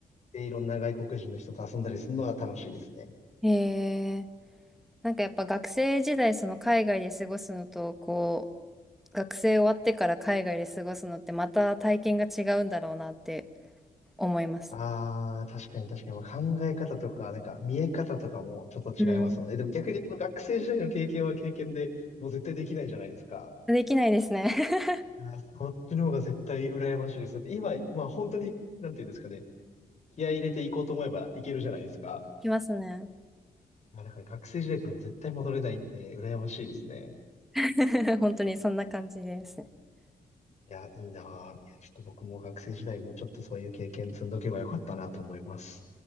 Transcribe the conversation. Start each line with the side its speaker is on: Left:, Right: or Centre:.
Left: で、いろんな外国人の人と遊んだりするのは楽しいですね。
Centre: ええなんかやっぱ学生時代、その海外で過ごすのと、こ学生終わってから海外で過ごすのってまた体験が違うんだろうなって思います。
Left: ああ、確かに確かに、まあ、考え方とか、なんか見え方とかもちょっと違いますよね。
Centre: うん。
Left: でも逆にその学生時代の経験は経験で、もう絶対できないじゃないですか。
Centre: できないですね。<laughs>
Left: いや、そっちの方が絶対羨ましいです。だって今、まあ本当に、なんていうんですかね、気合い入れていこうと思えばいけるじゃないですか。
Centre: できますね。
Left: いや、だから学生時代ってでも絶対戻れないんで、羨ましいですね。
Centre: <laughs> 本当にそんな感じですね。
Left: いや、いいなぁ。いや、ちょっと僕も学生時代もうちょっとそういう経験積んどけばよかったなと思います。